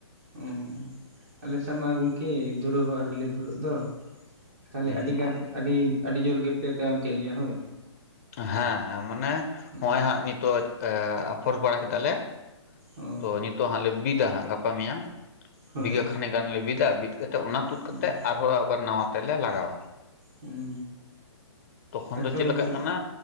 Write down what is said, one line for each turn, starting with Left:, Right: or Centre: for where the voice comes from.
Right: ᱚ ᱟᱞᱮ ᱥᱮ ᱢᱟ ᱜᱚᱝᱠᱮ ᱫᱷᱩᱨᱟᱹ ᱦᱚᱸ ᱟᱹᱣᱨᱤ ᱞᱮ ᱫᱷᱩᱨᱟᱹᱜ ᱫᱚ ᱛᱟᱦᱚᱞᱮ
Left: ᱦᱮᱸ
Right: ᱟᱹᱰᱤᱜ ᱟᱹᱰᱤ ᱟᱹᱰᱤ ᱡᱳᱨ ᱜᱮᱯᱮ ᱛᱟᱭᱚᱢ ᱠᱮᱫ ᱞᱮᱭᱟ ᱦᱳᱭ
Left: ᱦᱮᱸ ᱦᱮᱸ ᱢᱟᱱᱮ
Right: ᱦᱩᱸ
Left: ᱦᱚᱜ ᱚᱭ ᱦᱟᱸᱜ ᱱᱤᱛᱚᱜ ᱟᱯᱷᱚᱨ ᱵᱟᱲᱟ ᱠᱮᱫᱟᱞᱮ
Right: ᱚ
Left: ᱛᱚ ᱱᱤᱛᱚᱜ ᱦᱟᱸᱜ ᱞᱮ ᱵᱤᱫᱟ ᱦᱟᱸᱜ ᱜᱟᱯᱟ ᱢᱮᱭᱟᱝ
Right: ᱦᱳᱭ
Left: ᱵᱤᱜᱷᱟᱹ ᱠᱷᱟᱱᱮ ᱜᱟᱱ ᱞᱮᱮ ᱵᱤᱫᱟ ᱵᱤᱫ ᱠᱟᱛᱮᱫ ᱚᱱᱟ ᱛᱩᱫ ᱠᱟᱛᱮᱜ
Right: ᱦᱩᱸ
Left: ᱟᱨᱦᱚᱸ ᱟᱵᱟᱨ ᱱᱟᱣᱟ ᱛᱮᱞᱮ ᱞᱟᱜᱟᱣᱟ
Right: ᱦᱩᱸ
Left: ᱛᱚᱠᱷᱚᱱ
Right: ᱟᱪᱪᱷᱟ
Left: ᱫᱚ ᱪᱮᱞᱮᱠᱟᱜ
Right: ᱜᱚᱝᱠᱮ
Left: ᱠᱟᱱᱟ